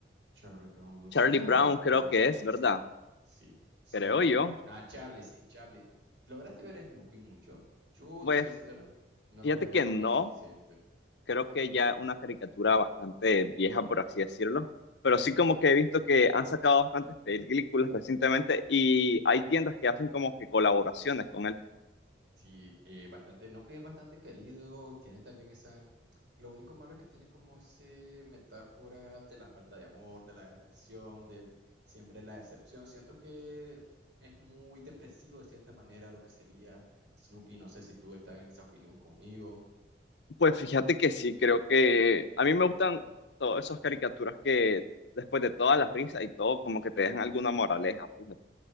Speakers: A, on the right (about 80°); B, on the left (about 75°).
A: Charlie Brown, Lucy,
B: Charlie
A: ah,
B: Brown creo
A: Brown,
B: que es, ¿verdad?
A: sí, Snoopy.
B: Creo yo.
A: Ah, Charlie, sí, Charlie. ¿Lograste ver Snoopy mucho? Yo
B: Pues,
A: te soy sincero, no
B: fíjate
A: lo logré
B: que no.
A: ver suficiente.
B: Creo que ya es una caricatura bastante vieja, por así decirlo. Pero sí como que he visto que han sacado bastantes películas recientemente y hay tiendas que hacen como que colaboraciones con él.
A: Sí, eh, bastante, Snoopy es bastante querido, tiene también esa... Lo único malo es que tiene como ese metáfora de la falta de amor, de la depresión, de siempre la decepción. Siento que es muy depresivo de cierta manera lo que sería Snoopy. No sé si tú estás en esa opinión conmigo.
B: Pues fíjate que sí, creo que a mí me gustan todas esas caricaturas que después de todas las risas y todo, como que te dejan alguna moraleja, fíjate.